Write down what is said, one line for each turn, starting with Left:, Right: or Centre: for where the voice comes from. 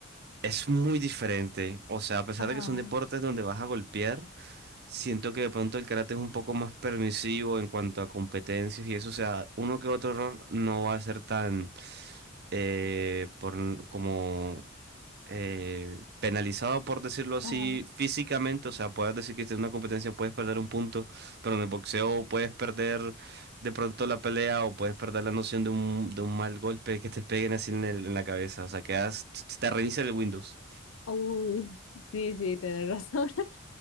Right: es muy diferente. O sea, a pesar
Left: Ajá,
Right: de que son deportes donde vas a golpear, siento que de pronto el karate es un poco más permisivo en cuanto a competencias y eso. O sea, uno que otro error no va a ser tan eh, por, como eh, penalizado, por decirlo así,
Left: ajá.
Right: físicamente. O sea, puedes decir que en una competencia puedes perder un punto, pero en el boxeo puedes perder de pronto la pelea o puedes perder la noción de un, de un mal golpe que te peguen así en, el- en la cabeza. O sea, quedas, te reinicia el Windows.
Left: Uy, Sí, sí, tienes razón. <laughs>